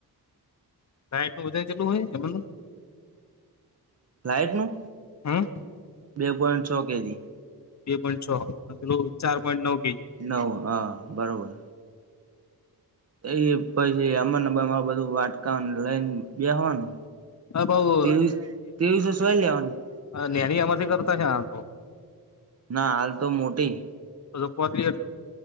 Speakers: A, on the left; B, on the right.
A: સાઈટનું વજન કેટલું હોય એમનું
B: લાઈટનું
A: હં
B: બે પોઈન્ટ છો કે જી
A: બે પોઈન્ટ છ અને પેલું ચાર પોઈન્ટ નવ કેજી
B: નવ હ બરોબર એ પછી અમમાર બધું વાટકા લઈને બેવાનું
A: હા ભાઉ
B: ત્રેવીસ ત્રેવીસ વર્ષ એય લેવાની
A: નાની એમાંથી કરતા છે આ તો
B: ના હાલ તો મોટી
A: તો તો પોતલી